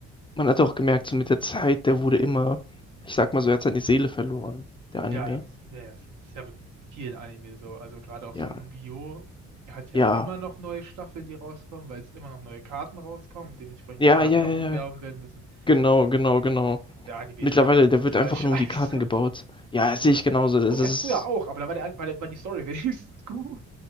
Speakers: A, on the left; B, on the right.
A: man hat auch gemerkt, so mit der Zeit, der wurde immer, ich sag mal so,
B: Mhm.
A: er hat seine Seele verloren, der Anime.
B: Ja, ja, ja, ja, das ist ja mit vielen Anime so, also gerade auch
A: Ja,
B: so Yu-Gi-Oh! hat ja
A: ja,
B: immer noch neue Staffeln, die rauskommen, weil es immer noch neue Karten rauskommen und dementsprechend
A: ja,
B: die Karten
A: ja,
B: ja
A: ja,
B: auch bewerben
A: ja.
B: werden müssen.
A: Genau, genau, genau.
B: Und der Anime
A: Mittlerweile,
B: ist schon echt
A: der
B: brutal
A: wird einfach
B: <laughs> scheiße.
A: nur um die Karten gebaut. Ja, das sehe
B: So.
A: ich genauso. Das
B: Wurde
A: ist,
B: er früher auch, aber da war, der, war, der, war die Story <laughs> wenigstens gut.